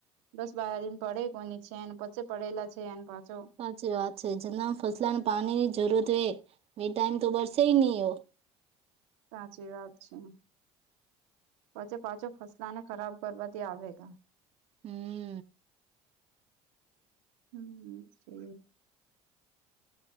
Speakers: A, on the right; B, on the right.
A: દસ બાર દિન પડે કોની છે પછે પડેલા છે પાછો
B: સાચી વાત છે જતા ફસલાણ પાણીની જરૂરત હોય બે ટાઈમ તો બરસે નહી હો
A: સાચી વાત છે પછી પાછો ફસલાને ખરાબ કરવાથી આવેગ
B: હમ
A: હમ સ છે